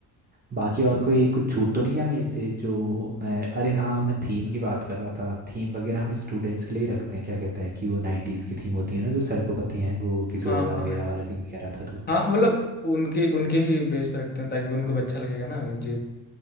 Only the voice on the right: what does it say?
बाकी और कोई कुछ छूट तो नहीं गया मेरे से जो मैं अरे हाँ मैं थीम की बात कर रहा था थीम वगैरह हम स्टूडेंट्स के लिए ही रखते हैं क्या कहता है कि वो नाइन्टीज़ की थीम होती है ना जो सर को पता ही है वो किशोरदा
वगैरह वाला सीन कह रहा था तो